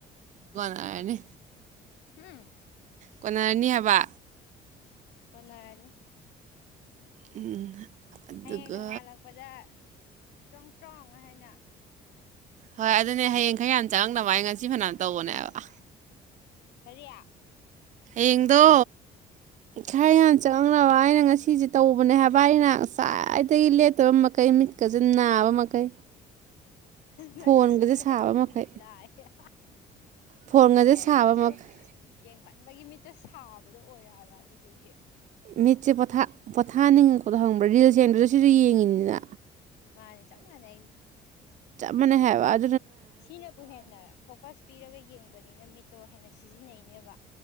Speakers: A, on the right (about 45°); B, on the left (about 85°).
A: ꯑꯅꯤ
B: ꯎꯝ
A: ꯀꯣꯟꯅꯔꯅꯤ ꯍꯥꯏꯕ
B: ꯀꫭꯟꯅꯔꯅꯤ
A: ꯎꯝ ꯑꯗꯨꯒ
B: ꯍꯌꯦꯡ ꯅꯣꯡꯉꯥꯜꯂꯛꯄꯗ ꯆ ꯇ꯭ꯔꯣꯡ ꯉꯥ ꯍꯥꯏꯅ
A: ꯍꯣꯏ ꯑꯗꯨꯅꯦ ꯍꯌꯦꯡ ꯈꯔ ꯌꯥꯝ ꯆꯪꯉꯛꯅꯕ ꯑꯩ ꯉꯁꯤ ꯐꯅꯅ ꯇꯧꯕꯅꯦꯕ
B: ꯀꯔꯤꯌꯥ
A: ꯏ ꯑꯗꯣ ꯈꯔ ꯌꯥꯝꯥꯟ ꯆꯪꯕ ꯑꯩꯅ ꯉꯁꯤꯁꯦ ꯇꯧꯕꯅꯦ ꯍꯥꯏꯕ ꯑꯩꯅ ꯁꯋꯥꯏꯗꯒꯤ ꯂꯦꯠꯇꯕ ꯃꯈꯩ ꯃꯤꯠꯀꯁꯤꯦ ꯅꯥꯕ ꯃꯈꯩ
B: ꯅꯪꯗ
A: ꯐꯣꯟꯒꯁꯦ
B: ꯅꯠꯇꯦ
A: ꯁꯥꯕ
B: ꯑꯩꯁꯨ
A: ꯃꯈꯩ
B: ꯃꯤꯠ ꯅꯥꯏꯌꯦ ꯑ
A: ꯐꯣꯟꯒꯁꯦ
B: ꯑꯩ
A: ꯁꯥꯕ
B: ꯃꯤꯆ
A: ꯃꯈꯩ
B: ꯡꯃꯥꯟꯕꯒꯤ ꯃꯤ ꯑꯗꯨ ꯁꯥꯕꯗꯣ ꯑꯣꯏꯕ ꯑꯗꯨꯗꯨꯒꯤ
A: ꯃꯤꯠꯁꯦ ꯄꯣꯊꯥ ꯄꯣꯊꯥꯅꯤꯡꯕ ꯈꯣꯊꯥꯍꯕ꯭ꯔꯥ ꯔꯤꯜꯁꯦ ꯁꯦꯟꯗ꯭ꯔꯗꯁꯤꯗ ꯌꯦꯡꯉꯤꯅꯤꯅ
B: ꯃꯥꯅꯦ ꯆ ꯃꯥꯅꯦ ꯑꯅꯤ
A: ꯃꯅꯦ ꯍꯦꯋꯥ
B: ꯁꯤꯅꯕꯨ ꯍꯦꯟꯅ ꯐꯣꯀꯁ ꯄꯤꯔꯒ ꯌꯦꯡꯕꯅꯤꯅ ꯃꯤꯠꯇꯣ ꯍꯦꯟꯅ ꯁꯤꯖꯤꯟꯅꯩꯅꯦꯕ